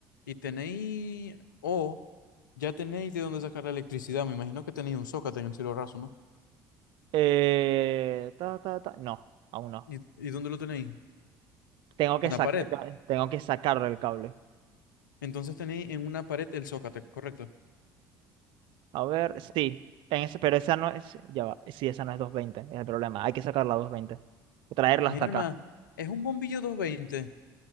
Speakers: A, on the left; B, on the right.
A: Y tenéis, o ya tenéis de dónde sacar la electricidad. Me imagino que tenéis un zócate en el cielo raso, ¿no?
B: Eh, ta, ta, ta. No, aún no.
A: ¿Y, y dónde lo tenéis?
B: Tengo que
A: En
B: sac-
A: la pared.
B: tengo que sacarle el cable.
A: Entonces tenéis en una pared el zócate, correcto.
B: A ver, sí, en ese, pero esa no es, ya va, sí, esa no es doscientos veinte es el problema, hay que sacarla a 220, o traerla
A: Mi
B: hasta
A: alma
B: acá.
A: es un bombillo doscientos veinte,